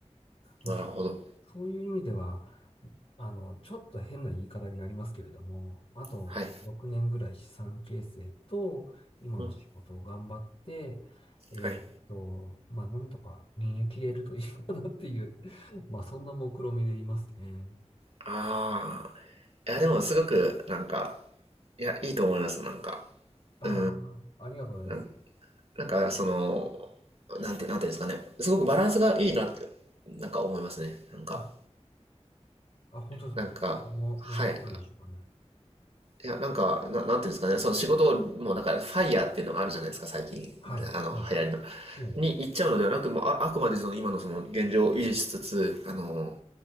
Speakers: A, on the left; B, on the right.
A: まあ、
B: なるほど。
A: そういう、そういう意味では、あの、ちょっと変な言い方になりますけれども、あと6年ぐらい資産形成と、
B: はい。
A: 今の仕事を頑張って、
B: うん。
A: えーっと、
B: はい。
A: まあ、なんとか逃げ切れるといいかなっていう、<laughs> まあ、そんな目論見でいますね。
B: ああ。いや、でもすごく、なんか、いや、いいと思います、なんか。
A: ああ、
B: う
A: ありがとうございます。
B: んなんか、その、なんて、なんていうんですかね。すごくバランスがいいなって、なんか思いますね。なんか、
A: あ、あ、本当ですか。
B: なんか、
A: ど、どの、
B: はい。
A: どのあたりでしょうかね。
B: いや、なんか、ななんていうんですかね。その仕事を、もうなんか、ファイヤーっていうのがあるじゃないですか、最近。
A: はい。
B: あの、
A: はい。
B: 流行りの。
A: ええ。
B: に行っちゃうのではなく、もうあ、あくまでその今のその現状を維持しつつ、あの、